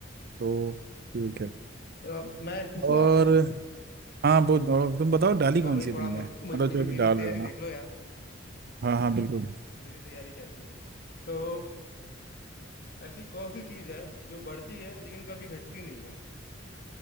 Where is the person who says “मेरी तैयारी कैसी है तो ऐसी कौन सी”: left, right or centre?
Left